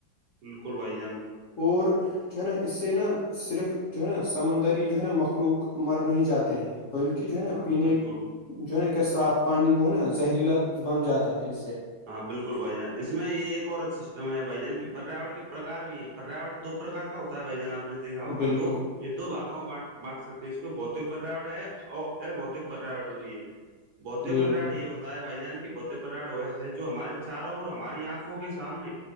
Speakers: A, on the right; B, on the left.
A: بالکل بائی جان
B: اور جو ہے نا اس سے نا صرف جو ہے نا سمندری جو ہے نا مخلوق مر نہیں جاتے ہیں بلکہ جو ہے نا
A: ہاں
B: پینے
A: بالکل
B: جو ہے نا کیا صاف پانی وہ ہے نا زہریلا بن جاتا ہے اس سے
A: ہاں بالکل بھائی جان اس میں ایک اور سسٹم ہے بھائی جان کی پریاور کے پرکار بھی ہیں پریا دو پرکار کا ہوتا ہے بھائی جن آپ نے دیکھا ہوگا
B: بالکل
A: تو یہ دو باگوں میں بانٹ سکتے ہیں اس کی بہتک پریاور ہے اور بھتک پریاورن ہوئی ہے بہتے
B: بالکل
A: پراڑ یہ ہوتا ہے بھائی جان کی بہتے پراڑ وہ ہے جو ہمارے چاروں اور ہماری آنکھ ہو گے سامنے